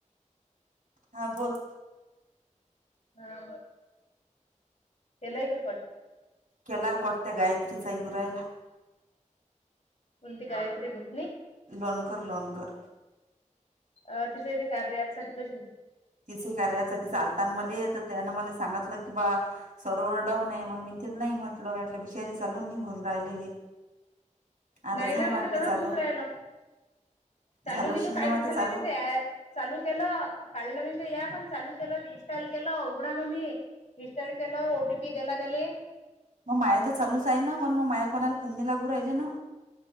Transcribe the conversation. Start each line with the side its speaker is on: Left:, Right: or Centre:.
Right: हा बोल
Left: हा हे लय गं पण
Right: केलाय कट त गायत्रीचा येऊ रायला.
Left: कोणती गायत्री ढोकणे.
Right: लोणकर लोणकर.
Left: अ तिचं बी कार्या ऍप साठीचं अशीनं
Right: तिचं ही कार्यासाठी आलताना मध्ये तर त्यान मला सांगितलं की बा सरोवर डाऊन आहे म्हणून मी तिला नाई म्हटलं बिषारी चालून नाय बोलू राहिलं हे आता
Left: नाई
Right: झालं
Left: ना म्हणते
Right: वाटते
Left: तसचं
Right: चालू
Left: होऊन रायल. चालू
Right: झालं
Left: बिलू
Right: शिन्न
Left: कायचं
Right: मग
Left: झाला
Right: चालू
Left: म्हणते ऍप चालू केलं काढलं वीन ते ऍप आणि चालू केलं इनस्टॉल केलं उघडा म्हणी इन्स्टोल केल ओ टी पी देला त्येले
Right: म माया तर चालूच आहे ना पण म माया कोणाला फोन णी लागू राहिले ना